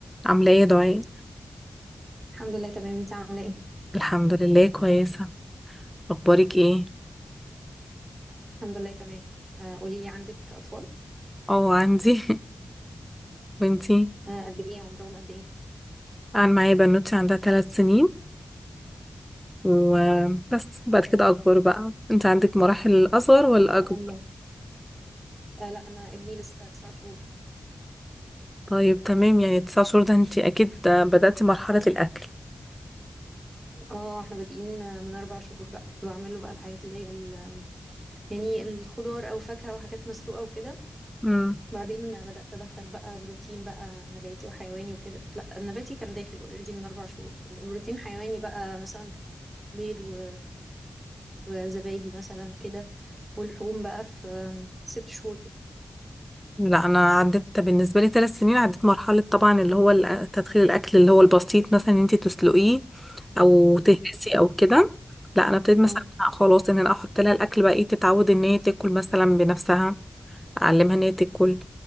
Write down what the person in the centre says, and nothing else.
عاملة ايه يا دعاء؟
الحمد لله كويسة اخبارك ايه؟
اه عندي <laughs> وانتي
انا معايا بنوتي عندها ثلاث سنين وبس بعد كده اكبر بقى انت عندك مراحل اصغر ولا
اكبر؟
طيب تمام يعني تسع شهور ده انت اكيد بدأتي مرحلة الاكل
امم
لا انا عدت بالنسبه لي ثلاث سنين عدت مرحله طبعا اللي هو الأ- تدخين الاكل اللي هو البسيط مثلا ان انت تسلقيه او تهرسي او كده لا انا ابتديت مثلا
لأ خلاص ان انا احط لها الاكل بقى ايه تتعود ان هي تاكل مثلا بنفسها اعلمها ان هي تاكل